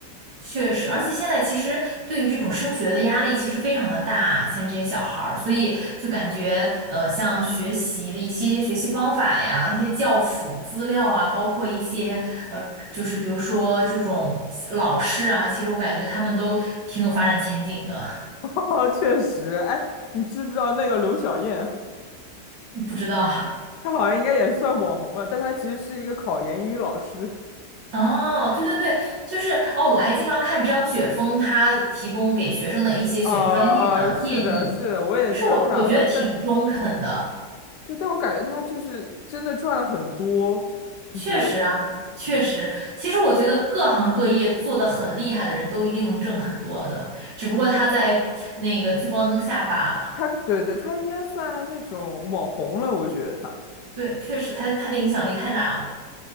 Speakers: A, on the right; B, on the left.
A: 确实，而且现在其实对于这种升学的压力其实非常的大，像这些小孩儿，所以就感觉呃，像学习的一些学习方法呀，一些教辅资料啊，包括一些呃，就是比如说这种老师啊，其实我感觉他们都挺有发展前景的，
B: <laughs> 哦确实。哎，你知不知道那个刘晓燕，
A: <laughs> 不知道。
B: 她好像应该也算网红了，但她其实是一个考研英语老师。
A: 哦，对对对，就是哦，我还经常看张雪峰他提供给学生的一些选专业的建议，
B: 呃呃，是的，是的，我也经常看到她，
A: 其实我我觉得挺中肯的，
B: 但对，但我感觉他就是真的赚了很多，就是，
A: 确实啊，确实，
B: 嗯，
A: 其实我觉得各行各业做的很厉害的人都一定能挣很多的，只不过他在那个聚光灯下罢了。
B: 他对对，他应该算那种网红了，我觉得他
A: 对，确实他他的影响力太大了。